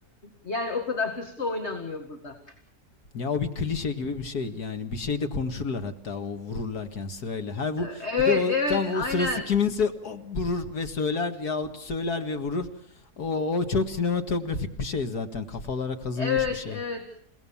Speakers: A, on the left; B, on the left.
A: yani o kadar hırslı oynanmıyor burada.
B: Ya o bir klişe gibi bir şey. Yani bir şey de konuşurlar hatta o vururlarken sırayla. Her vur
A: E, Evet,
B: bir de o
A: evet,
B: tam o
A: aynen.
B: sırası kiminse o vurur ve söyler yahut söyler ve vurur. O, o çok sinematografik bir şey zaten. Kafalara kazınmış
A: Evet,
B: bir şey.
A: evet.